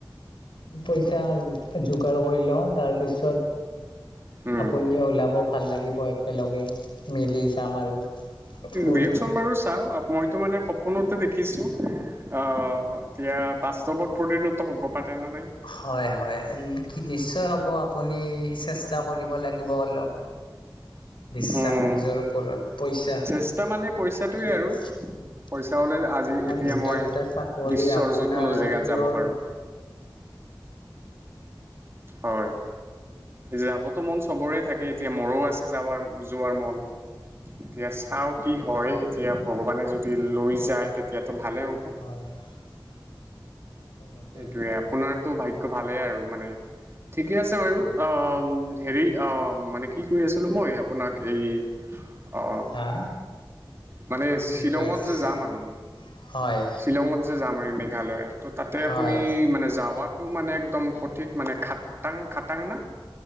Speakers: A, on the left; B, on the right.
A: পইচা যোগাৰ কৰি লওঁ। তাৰপিছত
B: উম
A: আপুনিও ওলাব ভাল লাগিব একেলগে মিলি যাম আৰু ফুত
B: ৰিয়েকচন বাৰু চাওঁ মইতো মানে সপোনতে দেখিছোঁ, আহ' এতিয়া বাস্তৱত পৰিণত হ'ব পাৰে নে নাই।
A: হয়, হয়, কি নিশ্চয় হ'ব আপুনি চেষ্টা কৰিব লাগিব অলপ। বিশ্বাস
B: উম
A: নিজৰ উপৰত পইচা
B: চেষ্টা মানে পইচাটোৱে
A: এনেকে
B: আৰু পইচা
A: তোমাৰ
B: হলে আজি এতিয়া
A: দুটা
B: মই
A: দুটা চাকৰি
B: বিশ্বৰ
A: অপোনাৰ
B: যিকোনো জেগাত
A: কিহৰ
B: যাব পাৰোঁ হয়। যাবতো মন চবৰে থাকে এতিয়া মৰো আছে যাব যোৱাৰ মন। এতিয়া চাও কি হয় এতিয়া ভগৱানে যদি লৈ যায় তেতিয়াতো ভালেই হ'ব।
A: <unintelligible> তেনেকে
B: সেইটোৱে আপোনাৰতো ভাগ্য ভালেই আৰু মানে ঠিকে আছে বাৰু, অ' হেৰি অ মানে কি কৈ আছিলোঁ মই আপোনাক এই অ
A: হা!
B: মানে
A: কি
B: শ্বিলঙত
A: কৈ আছিলে
B: যে যাম আমি,
A: হয়
B: শ্বিলঙত যাম মেঘালয়ত ত' তাতে
A: হয়
B: আপুনি মানে যাৱাত টো মানে একদম সঠিক মানে খাটাং খাটাং না?